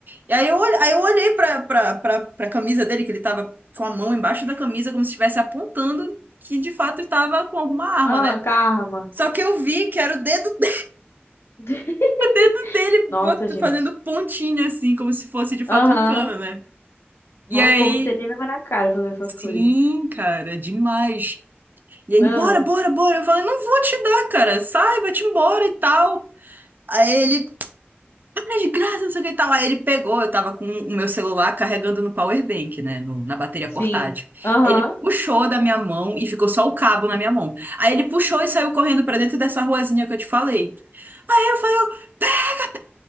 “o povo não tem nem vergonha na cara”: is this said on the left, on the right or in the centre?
Left